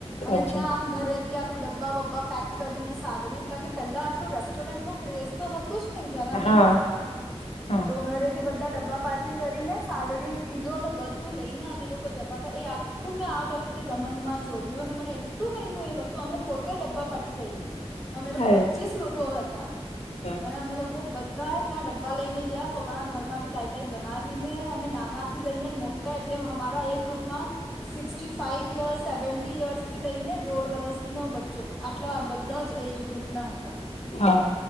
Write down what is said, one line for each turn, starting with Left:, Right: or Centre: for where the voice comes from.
Centre: અને
Left: અચ્છા.
Centre: ત્યાં આમ ઘરેથી આખું ડબ્બા વબ્બા પેક સાદડી કારણ કે પેલા આટલું રેસ્ટોરન્ટ નું ક્રેઝ તો હત જ નહી જયારે અમે
Left: હા,
Centre: નાના હતા
Left: હા,
Centre: તો ઘરેથી બધા બધા ડબ્બા પાાટી કરીને સાદડી પીલો અને બધું લઈને અમે લોકો જતા હતા એ આખું મેં આ વખતે દમનમાં જોયું અને મને એટલું કઈ એ વસ્તુ મે પોતે ડબ્બા પાઠી હ મે લોકો
Left: અરે
Centre: કો પચીસ લોકો કહ હતા
Left: વાહ!
Centre: અને અમે લોકો બધા બધા ત્યાં ડબ્બા લઈને ગયા પોતાના ઘરમાંથી કઈ કઈ બનાવીને અને નાના થી લઈને મોટા એટલે અમારા એ ગ્રુપમાં સિક્ ફાઈવ યર્સ સેવી યર્સ થી લઈને દોઢ વર્ષ ન બચ્ચો- એટલા આ બધા જ એજ ગ્રુપ ના હતા.
Left: હા,